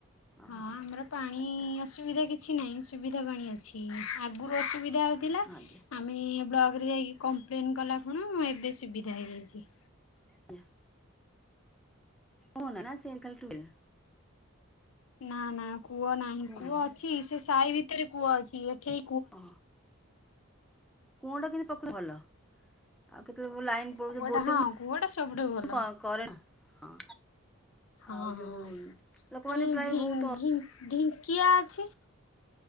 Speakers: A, in the centre; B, on the left.
A: ଓହୋ
B: ହଁ ଆମର ପାଣି
A: ଆଜ୍ଞା
B: ଅସୁବିଧା କିଛି ନାହିଁ। ସୁବିଧା ପାଣି ଅଛି। ଆଗରୁ ଅସୁବିଧା ହେଉଥିଲା
A: ଆଜ୍ଞା
B: ଆମେ ବ୍ଲକରେ ଯାଇକି କମ୍ପ୍ଲେନ୍ କଲା ପୁଣ ଏବେ ସୁବିଧା ହେଇଯାଇଛି।
A: ତା ମୋ ନାନା ସିଏ କାଲି ଠୁ <unintelligible>
B: ନା ନା କୂଅ ନାହିଁ
A: କୁଅ
B: କୂଅ ଅଛି
A: ନା
B: ସେ ସାହି ଭିତରେ କୂଅ ଅଛି ଏଠି
A: ଓ କଣଟା କେମିତି ପକେଇ ଭଲ। ଆଉ କେତେବେଳେ ପୁଣି ଲାଇନ୍ ପଳଉଛି
B: କୂଅଟା
A: ବୋଇତ
B: ହଁ
A: ପୁଣି
B: କୂଅଟା ସବୁଠୁ ଭଲ
A: କ କରେଣ୍ଟ୍। ହଁ
B: ହଁ
A: ଆଉ
B: ହଁ
A: ଯୋଉ ଲୋକମାନେ
B: ଏଇ
A: ପ୍ରାୟ
B: ଢି
A: ବହୁତ ଅ
B: ଢି ଢିଙ୍କିଆ ଅଛି